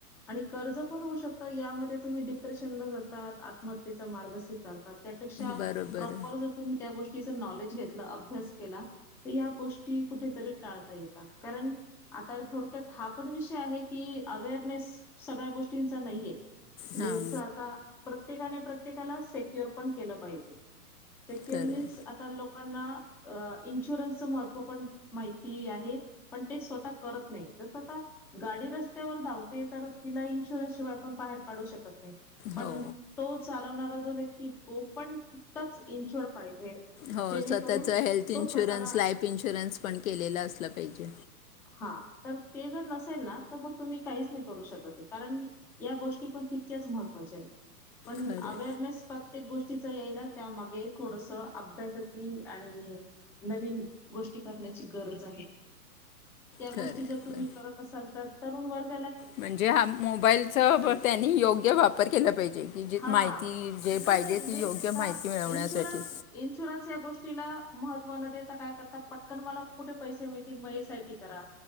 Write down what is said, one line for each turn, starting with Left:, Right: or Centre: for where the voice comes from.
Centre: कर्ज पण होऊ शकत यामध्ये तुम्ही डिप्रेशनला जातात आत्महत्येचा मार्ग स्वीकारतात. त्यापेक्षा
Left: बरोबर
Centre: प्रॉपर जर तुम्ही त्या गोष्टीं नॉलेज घेतलं अभ्यास केला तर या गोष्टी कुठेतरी टाळता येतात. कारण आता थोडक्यात हा पण विषय आहे की अवेअर स सगळ्या गोष्टीचा नाहीय म्हणजे
Left: हां
Centre: जस आता प्रत्येकाने प्रत्ये प्रत्येकाला सेक्युर पण केल पाहीजे सक्युर
Left: खरं
Centre: मीन्स
Left: आहे.
Centre: आता लोक लकना इन्शुरन्सच महत्त्व पण माहिती आहे पण ते स्वतः करत नाहीत तस आता गाडी रस्त्यावर धावत तर तिला इन्शुन शिवायण बाहेर काढू शकत नाही पण
Left: हो
Centre: तो चालवणारा जर व्य तो पण तकाच इंचड पाहिजे.
Left: हो
Centre: जेणेकरून
Left: स्वतःच हेल्थ
Centre: तो
Left: इन्शुरन्स
Centre: स्वतःला
Left: लाईफ इन्शुरन्स पण केलेलं असलं पाहिजे.
Centre: हा तर ते जर नसेल ना तर मग तुम्ही काही नाही करू शकत कारण या गोष्टी पण तितक्याच महत्त्वाच्या आहेत. पण
Left: खरं आहे,
Centre: अवेअरनेस प्रत्येक गोष्टी चीच येईल त्यामागे थोडंसं अभ्यासाची आणि नवीन गोष्टी करण्याची गरज आहे. त्या
Left: खरं
Centre: गोष्टी
Left: आहे
Centre: जर तुम्ही
Left: बरं.
Centre: करत असाल तर तरुण वर्ग
Left: म्हणजे हाम् मोबाईलचं ब
Centre: पाहिजे
Left: त्यांनी योग्य वापर केला पाहिजे जी
Centre: हां.
Left: माहिती जे
Centre: आणि कसं
Left: पाहिजे
Centre: आहे म्हणजे
Left: ती योग्य
Centre: आता
Left: माहिती मिळवण्यासाठी
Centre: इन्शुरन्स इन्शुरन्स या गोष्टीला महत्व न देता काय करता पटकन मला कुठे पैसे मिळतील म एस आय पी करा.